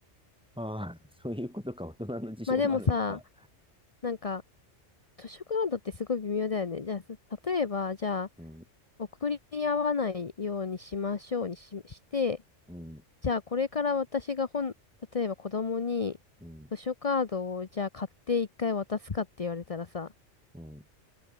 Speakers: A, in the centre; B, on the left (about 30°).
A: ああ、<laughs> そういうことか、大人の事情もあるのか。
B: まあでもさ、なんか、図書カードってすごい微妙だよね。じゃあ、す例えば、じゃあ、
A: うん、
B: 送り合わないようにしましょうにし、して、
A: うん、
B: じゃあ、これから私が本、例えば子供に図書カードを、
A: うん、
B: じゃあ、買って一回渡すかって言われたらさ、
A: うん。